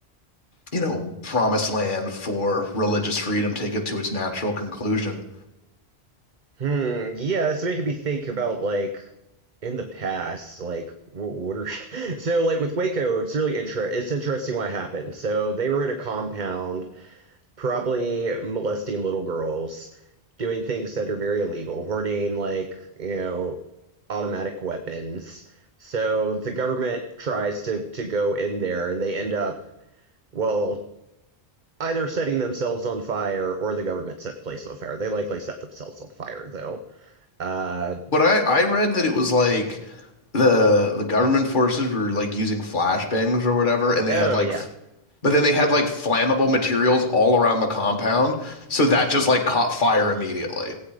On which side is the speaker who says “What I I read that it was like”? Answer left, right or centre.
Left